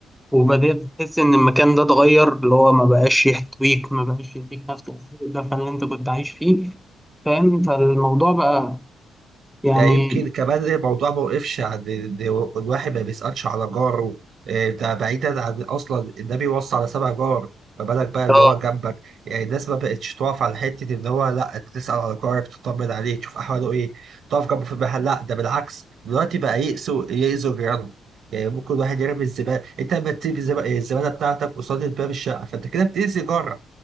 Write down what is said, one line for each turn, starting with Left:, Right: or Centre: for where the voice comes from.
Centre: وبدأت تحس إن المكان ده اتغير اللي هو ما بقاش يحتويك ما بقاش يديك نفس الدفء اللي أنت كنت عايش فيه فاهم فالموضوع بقى يعني
Right: ده يمكن كمان الموضوع ما وقفش عند إن الواحد ما بيسألش على جاره إيه، ده بعيدا عن أصلا ده بيوصي على سبع جار ما بالك بقى اللي
Centre: اه
Right: هو جنبك يعني الناس ما بقتش تقف على حتة إن هو لا أنت تسأل على جارك تطمن عليه تشوف أحواله إيه تقف جنبه في المحل لا ده بالعكس دلوقتي بقى يأسوا يأذوا جيرانهم يعني ممكن واحد يرمي الزبالة أنت لما تسيب الزب- الزبالة بتاعتك قصاد باب الشقة فأنت كده بتأذي جارك